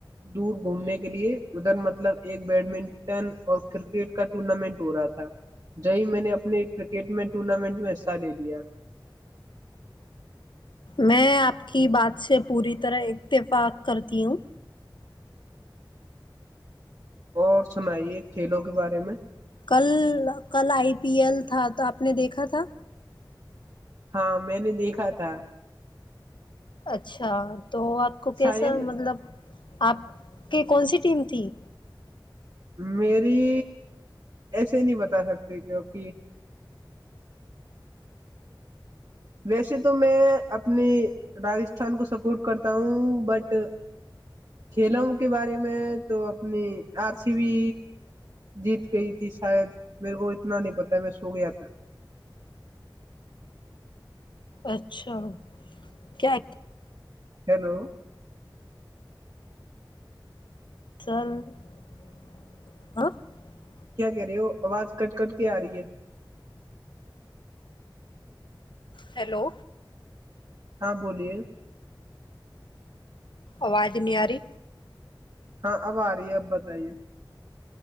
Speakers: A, on the right; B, on the left.
A: دور گھومنے کے لیے ادھر مطلب ایک بیڈمنٹن اور کرکٹ کا ٹورنامنٹ ہو رہا تھا جی میں نے اپنے کرکٹ میں ٹورنامنٹ میں سال لیا
B: میں آپ کی بات سے پوری طرح اتفاق کرتی ہوں
A: اور سنائیے کھیلوں کے بارے میں
B: کل کل آئی پی ایل تھا تو آپ نے دیکھا تھا
A: ہاں میں نے دیکھا تھا
B: اچھا تو آپ کو کیسا
A: شاید
B: مطلب آپ کی کون سی ٹیم تھی
A: میری ایسے نہیں بتا سکتی کیوںک ویسے تو میں اپنی راستھان کو سپورٹ کرتا ہوں بٹ کھیلوں کے بارے میں تو اپنی آر سی بھی جیت گئی تھی شاید میرے کو اتنا نہیں پتا میں سو گیا تھا
B: اچھا کیا
A: ہیلو
B: <inaudible>
A: کیا کہہ رہے ہو آواز کٹ کٹ کے آ رہی ہے
B: ہیلو
A: ہاں بولیے
B: آواز نہیںیاری
A: ہاں اب آ رہی ہے اب بتائیے